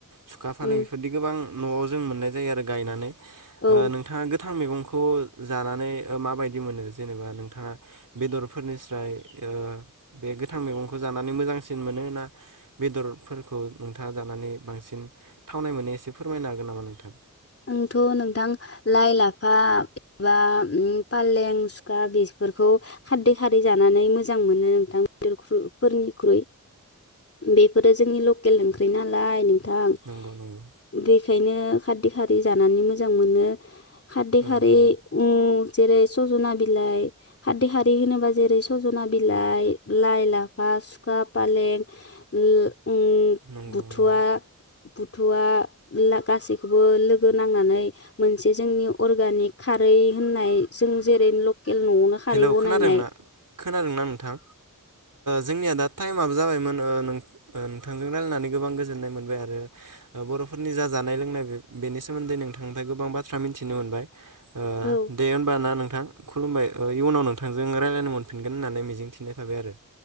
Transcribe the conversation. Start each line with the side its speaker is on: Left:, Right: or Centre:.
Right: सुखा फालें
Left: उम
Right: बेफोरदि गोबां न'आव जों मोननाय जायो आरो। गायनानै
Left: औ
Right: ओ नोंथाङा‌ गो गोथां मैगंखौ जानानै ओ माबायदि मोनो जेनेबा नोंथाङा बेदरफोरनिस्राय ओ बे गोथां मैगंखौ जानानै मोजांसिन मोनो ना बेदरफोरखौ नोंथाङा जानानै बांसिन थावनाय मोनो एसे फोरमायनो हागोन नामा नोंथां?
Left: आंथ' नोंथां लाइ लाफा एबा ओं फालें सुखा बेफोरखौ खारदै खारदै जानानै मोज मोजां मोनो नोंथां <unintelligible> फोरनिख्रुइ बे फोरो जोंनि लकेल ओंख्रि नालाय नोंथां बे
Right: नंगौ नंगौ
Left: बेखायनो खारदै हारि जानानै मोजां मोनो। खाददै
Right: औ
Left: खारै
Right: नंगौ
Left: ओं जेरै सजना बिलाइ खारदै खारै होनोबा जेरै सजना बिलाइ लाइ लाफा सुखा फालें ल ओम
Right: नंगौ
Left: बुथुवा
Right: नंगौ
Left: बुथुवा गासिखौ बो लोगो नांनानै मोनसे जोंनि अरगानिख खारै होननाय जों जेरै लकेल न'आवनो खारै
Right: हेल'
Left: बनायनाय
Right: खोनादोंना खोनादोंना नोंथां? जोंनिया दा टाइमआ जाबायमोन नोंथांजों रायजलायनानै गोबां गोजोननाय मोनबाय आरो बर'फोरनि जा जानाय लोंनाय बेनि सोमोन्दै नोंथांनिफ्राय गोबां बाथ्रा मिथिनो मोनबाय ओ
Left: औ
Right: दे होमबा ना नोंथां। खुलुमबाय इयुनाव नोंथांजों रायज्लायनो मोनफिनगोन होननानै मिजिंथिनाय थाबाय आरो